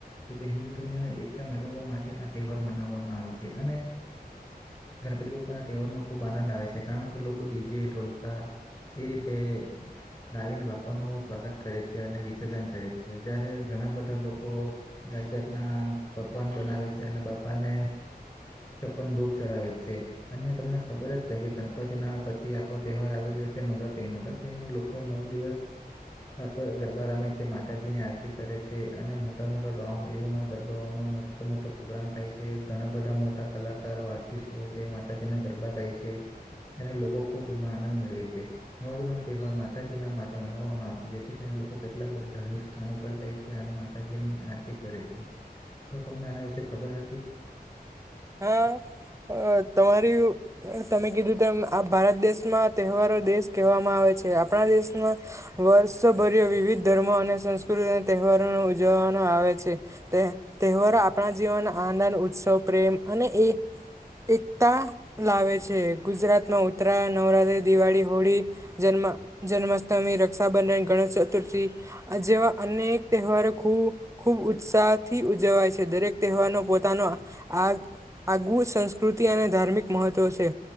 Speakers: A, on the left (about 25°); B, on the right (about 20°).
A: તે હિન્દુ ધર્મને એકતા મેળવવા માટે આ તહેવાર મનાવવામાં આવે છે અને <inaudible> ગણપતિ બાપ્પાના તહેવાર માં ખૂબ આનંદ આવે છે કારણ કે લોકો ડીજે ઢોલકા એ રીતે લાવીને બાપાનું સ્વાગત કરે છે અને વિસર્જન કરે છે જયારે ઘણા બધા લોકો જાત જાતના પકવાન બનાવે છે અને બાપાને પણ ભોગ ચડાવે છે અને તમને ખબર જ છે કે ગણપતિના પછી આપણો તહેવાર આવી રહ્યો છે નવરાત્ર નવરાત્રીમાં લોકો નવ દિવસ નાતો ગરબા રમે છે માતાજી ની આરતી કરે છે અને મોટા મોટા ડોમ એવું ગરબાઓનો મોટો મોટો પ્રોગ્રામ થાય છે ઘણા બધા મોટા કલાકારો આર્ટિસ્ટો જે માટે જેને ગરબા ગાય છે. અને લોકો ખૂબ એમાં આનંદ મેળવે છે નનો તહેવાર માતાજીના માટે મનાવવામાં આવે છે જેથી કરી લોકો કેટલાક બધા ધાર્મિક સ્થાનો પર જાય છે અને માતાજી ની આરતી કરે છે. તો તમને આના વિશે ખબર હતી.
B: હા અ તમાર તમે કીધું તેમ આ ભારત દેશમાં તહેવારો દેશ કહેવામાં આવે આપ દેશમાં વર્ષોભર વિવિધ ધર્મો અને સંસ્કૃતિ અને તહેવારો ઉવ જોવાનું આવે છે તે તહેવારો આપણા જીવન આનંદ ઉત્સવ પ્રેમ અને એ એકતા લાવે છે ગુજરાતમાં ઉત્તરાય નવરાત્રી દિવાળી હોળી જન્મ જન્માષ્ટમી રક્ષાબંધન ગણેશ ચતુર્થી જેવા અનેક તહેવારો ખૂબ ખુબ ઉત્સાહ થી ઉજવાય છે દરેક તહેવારનો પોતાનો આ આગવ સંસ્કૃતિ અને ધાર્મિક મહત્વ તોશે.